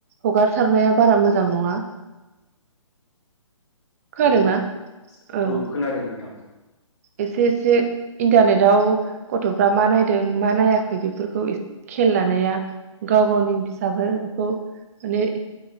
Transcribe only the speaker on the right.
हगारसारनाया बारा मोजां नङा खोनादोंना
ओं
एसे एसे इन्टारनेटाव गथफ्रा मा नायदों मा नायाखै बेफोरखौ एसे खेल लानाया गाव गावनि फिसाफोरखौ माने